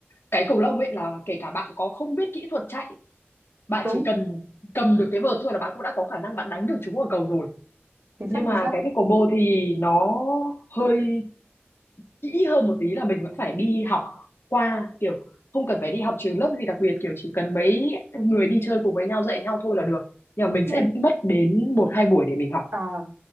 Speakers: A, on the left; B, on the right.
A: cái cầu lông ấy là kể cả bạn có không biết kỹ thuật chạy bạn
B: đúng
A: chỉ cần
B: ừ,
A: cầm được cái vợt thôi là bạn cũng đã có khả năng bạn đánh được chúng ở cầu rồi
B: chính xác
A: nhưng mà
B: chính xác
A: cái pickleball thì nó hơi kỹ hơn một tí là mình vẫn phải đi học qua kiểu không cần phải đi học trường lớp gì đặc biệt kiểu chỉ cần mấy người đi chơi cùng với nhau dạy nhau thôi là được nhưng mà mình
B: nhưng
A: sẽ
B: mà
A: mất đến một hai buổi để mình học
B: à